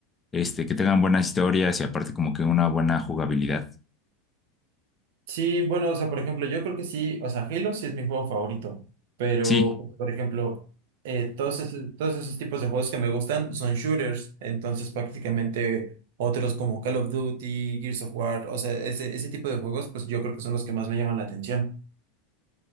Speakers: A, on the left; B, on the right.
A: este, que tengan buenas historias y aparte como que una buena jugabilidad.
B: Sí, bueno, o sea, por ejemplo, yo creo que sí, o sea, Halo sí es mi juego favorito, pero,
A: Sí.
B: por ejemplo, eh, todos, esos- todos esos tipos de juegos que me gustan son shooters, entonces prácticamente otros como Call of Duty, Gears of War, o sea, ese, ese tipo de juegos, pues yo creo que son los que más me llaman la atención.